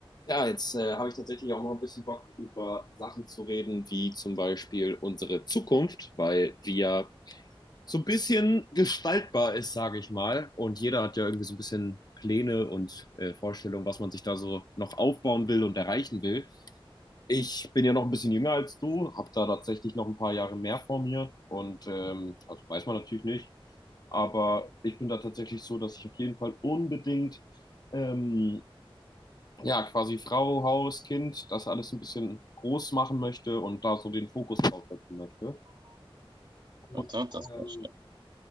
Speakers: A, on the left (about 45°); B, on the right (about 50°).
A: Ja, jetzt äh, habe ich tatsächlich auch mal ein bisschen Bock, über Sachen zu reden, wie zum Beispiel unsere Zukunft, weil die ja so ein bisschen gestaltbar ist, sage ich mal. Und jeder hat ja irgendwie so ein bisschen Pläne und äh, Vorstellungen, was man sich da so noch aufbauen will und erreichen will. Ich bin ja noch ein bisschen jünger als du, habe da tatsächlich noch ein paar Jahre mehr vor mir und ähm, also weiß man natürlich nicht. Aber ich bin da tatsächlich so, dass ich auf jeden Fall unbedingt ähm, ja, quasi Frau, Haus, Kind, das alles ein bisschen groß machen möchte und da so den Fokus drauf setzen möchte. Und,
B: Und so, das
A: ähm,
B: war schön.